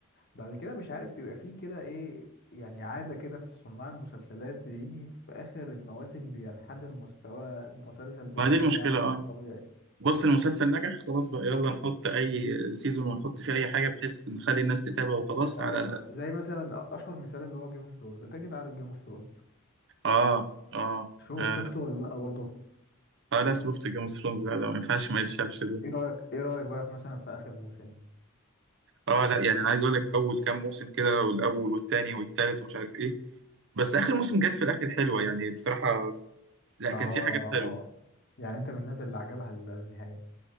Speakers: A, on the left; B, on the right.
A: بعد كده مش عارف بيبقى فيه كده ايه يعني عادة كده في صناع المسلسلات بيجي في آخر المواسم بينحدر مستوى المسلسل بشكل
B: ما دي المشكله
A: يعني
B: اه
A: طبيعي
B: بص المسلسل نجح خلاص بقى يلا نحط اي سيزون ونحط فيه اي حاجه بحيث نخلي الناس تتابع وخلاص
A: ايوه
B: على
A: زي مثلا أشهر مثال اللي هو جيم اوف ثرونز انت كده عارف جيم اوف ثرونز
B: اه اه
A: شوف
B: اه,
A: شفته ولا لا برضه
B: آه لا شفت جيم اوف ثرونز لا لا ما ينفعش ما يتشافش ده
A: ايه رأيك ايه رأيك بقى في مثلا في آخر موسم
B: اه لا يعني انا عايز اقول لك اول كام موسم كده والاول والتاني والتالت ومش عارف ايه بس اخر موسم جت في الاخر حلوه يعني بصراحه لا
A: اه
B: كانت في حاجات حلوه
A: يعني انت من الناس اللي عجبها النهاية